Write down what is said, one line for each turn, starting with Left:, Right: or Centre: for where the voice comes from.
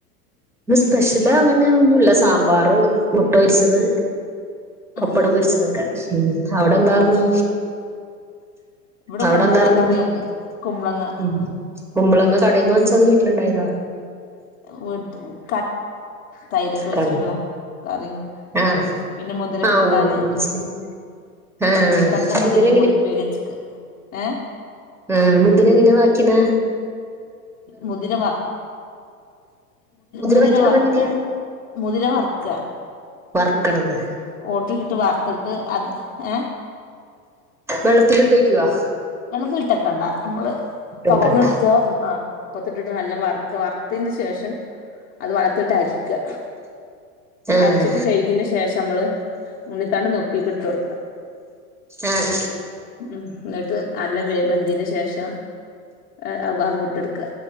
Centre: സ്പെഷ്യല് അങ്ങനെ ഒന്നുല്ല സാമ്പാറ് മുട്ടൊരിച്ചത് പപ്പടം
Left: ആ
Centre: പൊരിച്ചതെക്കാൻ ഉം അവിടെ
Left: ഇപ്പള
Centre: എന്താർന്ന്
Left: കുറച്ച് ഇവിടെ
Centre: അവിടെ
Left: കുമ്പളങ്ങ
Centre: എന്താർന്ന്
Left: കറിയാനിന്ന് കുമ്പളങ്ങ
Centre: ഉം കുമ്പളങ്ങ കടേന്ന് വാങ്ങിച്ചോ അതോ വീട്ടിലുണ്ടായതാ.
Left: <unintelligible> തൈരൊക്കെ വെച്ചിട്ടുള്ള
Centre: കട
Left: കറിയും.
Centre: ആഹ്
Left: പിന്നെ മുതിര
Centre: ആഹ്
Left: കൂട്ടാന്
Centre: ഉവ്വ ഉവ്വ മനസ്സിലായി ആഹ്
Left: ഉണ്ണിതണ്ടും മുതിരയും
Centre: മുതിര
Left: കൂടി <unintelligible> ഏ.
Centre: ആ മുതിര എങ്ങനെ ബാക്കിന്ന.
Left: മുതിരവർ മുതിര
Centre: വയ്ക്കണത്
Left: വർക്ക
Centre: എങ്ങനെയാ
Left: മുതിര വർക്ക.
Centre: വർക്കണത്.
Left: <unintelligible> ഇട്ട് വറത്തിട്ട് അത് ഏ.
Centre: വെള്ളത്തില് ഇട്ട് വയ്ക്കുവോ
Left: വെള്ളത്തില് ഇട്ടക്കണ്ട നമ്മള്
Centre: ഇട്ട്
Left: കവർന്ന്
Centre: വെക്കണ്ട
Left: ഇട്ക്കാ ആ ടുപ്പത്തിട്ടിട്ട് നല്ല വർത്ത് വർത്ത് ത്തിൻ്റെ ശേഷം. അത് വള്ളത്ത് ട്ട് അര് ക്കാ
Centre: ആഹ്
Left: അരച്ചിട്ട് കഴകിയേന് ശേഷം. നമ്മള്. ഉണ്ണി തണ്ട് നുർക്കി അയ്ക്ക് ഇട്ടു കൊടുക്ക
Centre: ആഹ് ആഹ്
Left: ഉം ഇന്നെ ത്ത് നല്ല വേവ് വെന്തിന് ശേഷം എ അഅ് വറവ് ഇട്ടെടുക്കാ